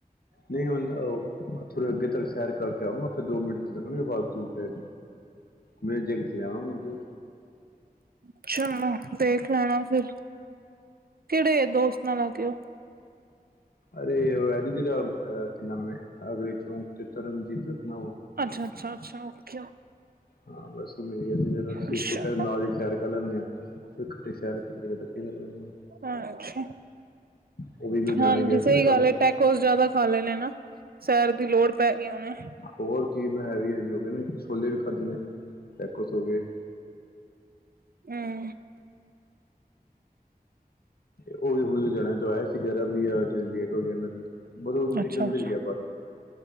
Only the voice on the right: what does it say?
ਅੱਛਾ, ਦੇਖ ਲੈਣਾ ਫਿਰ। ਕਿਹੜੇ ਦੋਸਤ ਨਾਲ ਆ ਗਏ ਉਹ।
ਅੱਛਾ- ਅੱਛਾ -ਅੱਛਾ, ਉੱਕੇ।
ਅੱਛਾ
ਹਾਂਛ,
ਹਾਂਜੀ
ਸਹੀ
ਗੱਲ ਹੈ। ਪੈਕੋਸ ਜਿਆਦਾ ਖਾ ਲੈਣੇ ਨਾ, ਸੈਰ ਦੀ ਲੋੜ ਪੈ ਗਈ ਉਹਨੇ।
ਹਮ।
ਅੱਛਾ
ਅੱਛਾ